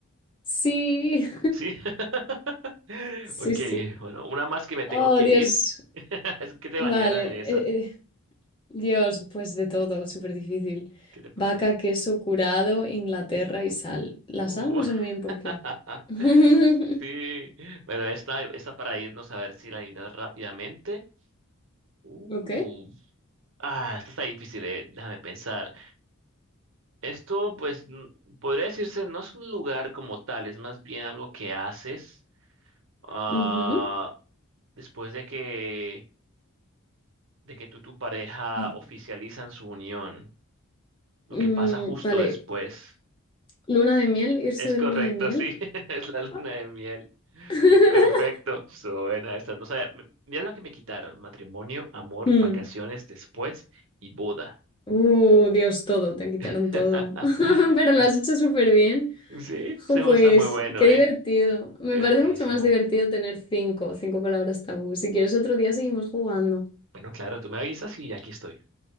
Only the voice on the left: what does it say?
sí,
<laughs> sí,
sí.
Oh,
Dios,
vale.
eh, eh, Dios, pues de todo, súper difícil.
Vaca, queso curado, Inglaterra y sal. La
sal no sé muy bien por
qué. <laughs>
Ok.
Ujú.
<laughs>
Mm,
vale.
Luna de miel, irse
de
luna de miel.
Ah.
<laughs>
Mm.
Uh, Dios, todo, te quitaron
todo. <laughs> Pero lo
has hecho súper bien.
Jo,
pues,
qué
divertido. Me
parece mucho más divertido tener cinco, cinco palabras tabú. Si quieres otro día seguimos jugando.